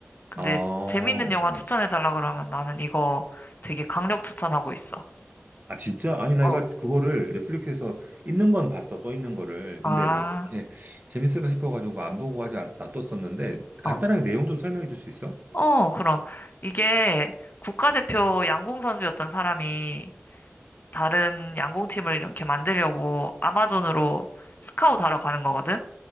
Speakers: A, on the left (about 40°); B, on the right (about 35°).
A: 근데
B: 아, 어.
A: 재밌는 영화 추천해달라 그러면 나는 이거 되게 강력 추천하고 있어.
B: 아, 진짜? 아니, 내가
A: 어,
B: 그거를 넷플릭스에서 있는 건 봤어, 떠 있는 거를. 근데
A: 아,
B: 뭐 그렇게 재밌을까 싶어가지고 안 보고 하지 않- 놔뒀었는데, 간단하게
A: 어,
B: 내용 좀 설명해 줄 수 있어?
A: 어, 그럼. 이게 국가대표 양궁 선수였던 사람이 다른 양궁팀을 이렇게 만들려고 아마존으로 스카웃하러 가는 거거든?